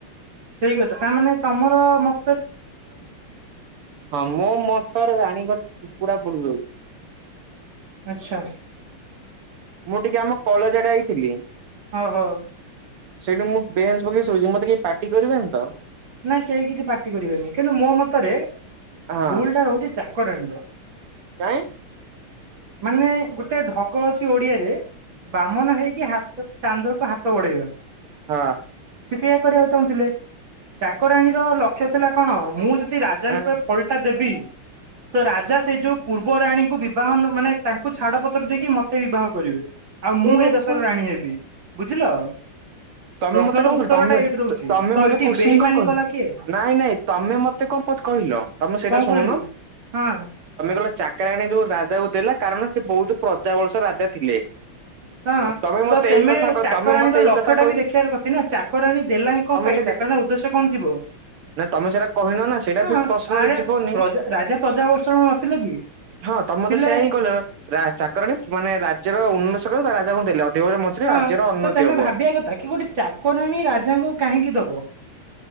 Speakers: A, on the right (about 60°); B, on the right (about 80°).
A: ସେଇ କଥା ତାମାନେ ତମର ମ
B: ହ ମୋ ମତରେ ରାଣୀଙ୍କର ପୁରା ଭୁଲ୍ ରହୁଛି
A: ଆଚ୍ଛା।
B: ମୁଁ ଟିକେ ଆମ କଲେଜ ଆଡେ ଆଇଥିଲି।
A: ଓହୋ।
B: ସେଇଠି ମୁଁ ବେଞ୍ଚ ପକେଇ ଶୋଇଛି ମତେ କେହି ପାଟି କରିବେନି ତ?
A: ନା କେହି କିଛି ପାଟି କରିବେନି, କିନ୍ତୁ ମୋ ମତରେ
B: ହଁ
A: ଭୁଲ ଟା ରହୁଛି ଚା କରାଣୀର।
B: କାଇଁ?
A: ମାନେ ଗୋଟେ ଢଗ ଅଛି ଓଡିଆରେ ବାମନ ହେଇକି ହାତ ଚାନ୍ଦକୁ ହାତ ବଢେଇବା।
B: ହଁ।
A: ସେଇୟା କରିବାକୁ ଚାହୁଁଥିଲେ ଚାକରାଣୀର ଲକ୍ଷ୍ୟ ଥିଲା କଣ ମୁଁ ଜ ଯଦି ରାଜାଙ୍କୁ
B: ହଁ।
A: ଏ ଫଳଟା ଦେବି ତ ରାଜା ସେ ଯୋଉ ପୂର୍ବ ରାଣୀଙ୍କୁ ବିବାହ ନ ମାନେ ତାଙ୍କୁ ଛାଡପତ୍ର ଦେଇକି ମତେ ବିବାହ କରିବେ। ଆଉ ମୁଁ
B: ଓହୋ।
A: ଏ ଦେଶର ରାଣୀ ହେବି। ବୁଝିଲ
B: ତମେ
A: ପ୍ରଶ୍ନର
B: ମତେ କଣ
A: ଉତ୍ତର
B: କରିବ
A: ଟା ଏଇଠି
B: ତମେ
A: ରହୁଛି
B: ତମେ
A: ତ
B: ମତେ
A: ଏଇଠି
B: କୋଶ୍ଚିନ୍
A: ବେଇମାନି
B: କଣ କହିଲୁ।
A: କଲା କିଏ
B: ନାଇଁ ନାଇଁ ତମେ ମତେ କଣ ପ କହିଲ ତମେ ସେଇଟା
A: କଣ
B: ଶୁଣନ।
A: କହିଲି ହଁ।
B: ଚାକରାଣୀ ଯୋଉ ରାଜାକୁ ଦେଲା। କାରଣ ସେ ବହୁତ ପ୍ରଜା ବଂଶ ରାଜା ଥିଲେ।
A: ହଁ
B: ଅ ତମେ ମତେ
A: ତ ତେମେ
B: ଏଇ କଥା କ
A: ଚାକରାଣୀର
B: ତମେ ମତେ ଏଇ
A: ଲକ୍ଷ୍ୟ
B: କଥା
A: ଟା
B: କ
A: ବି ଦେଖିବାର କଥି ନା ଚାକରାଣୀ ଦେଲା ହିଁ କଣ ପାଇଁ
B: ସେଠି
A: ଚାକରଣୀର ଉଦ୍ଦେଶ୍ୟ କଣ ଥିବ।
B: ନା ତମେ ସେଇଟା କହିନ ନା ସେଇଟା
A: ହଁ
B: ବି ପଶ୍ନରେ
A: ଆରେ
B: ଯିବନି।
A: ପ୍ରଜା ରାଜା ପ୍ରଜାବର୍ଷଣ ନଥିଲେ କି
B: ହଁ ତମେ
A: ଥିଲେ
B: ମୋତେ ସେଇଆ ହିଁ କହିଲ। ଚାକରଣୀ ମାନେ ରାଜ୍ୟର ଉନ୍ନଷକ ବା ରାଜାଙ୍କୁ ଦେଲେ ଅ ଦେଓଗାଁ ମଝିରେ
A: ହଁ
B: ଆର୍ଯ୍ୟର ଉନ୍ନତି
A: ତ ତମେ
B: ହବ।
A: ଭାବିବା କଥା କି ଗୋଟେ ଚାକରାଣୀ ରାଜାଙ୍କୁ କାହିଁକି ଦବ?